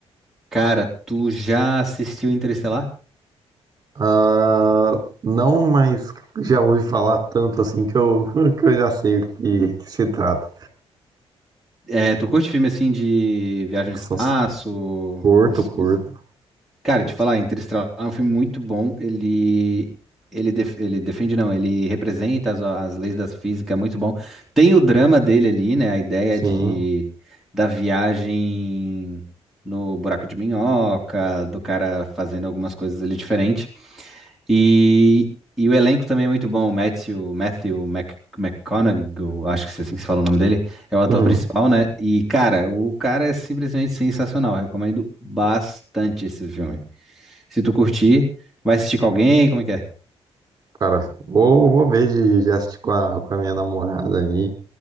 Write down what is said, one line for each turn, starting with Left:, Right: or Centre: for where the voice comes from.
Centre: Cara, tu já assistiu Interestelar?
Right: Ah, não, mas já ouvi falar tanto, assim, que eu, <laughs> que eu já sei o que, que se trata.
Centre: É, tu curte filme assim de viagem
Right: Ficção,
Centre: no espaço,
Right: curto,
Centre: essas
Right: curto.
Centre: coisas? Cara,
Right: Nossa.
Centre: te falar, Interestelar é um filme muito bom. Ele ele, def- ele defende, não, ele representa as, as leis da física, é muito bom. Tem o drama dele ali, né? A ideia
Right: Sim.
Centre: de da viagem no buraco de minhoca, do cara fazendo algumas coisas ali diferentes. E, e o elenco também é muito bom. O Matthew, Matthew Mc- McConaughey, eu acho que é assim que se fala o nome dele, é o ator
Right: Hum,
Centre: principal, né? E, cara, o cara é simplesmente sensacional. Recomendo bastante esse filme. Se tu curtir, vai assistir com alguém, como é que é?
Right: cara, vou, vou ver de, de assistir com a, com a minha namorada ali.